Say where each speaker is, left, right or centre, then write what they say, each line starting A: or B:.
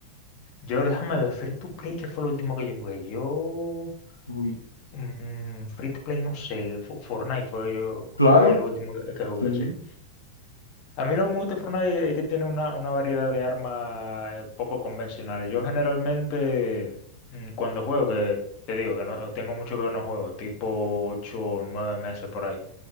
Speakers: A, on the left; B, on the left.
A: Yo déjame ver Free to Play, que fue lo último que yo jugué. Yo,
B: Uy.
A: mm, Free to Play, no sé, Fo- Fortnite fue, yo,
B: Claro,
A: fue lo último que, que jugué,
B: sí.
A: sí. A mí lo que me gusta de Fortnite es que tiene una, una variedad de armas eh, poco convencionales. Yo generalmente, mm, cuando juego, que te digo que no tengo mucho que no juego, tipo 8 o 9 meses por ahí.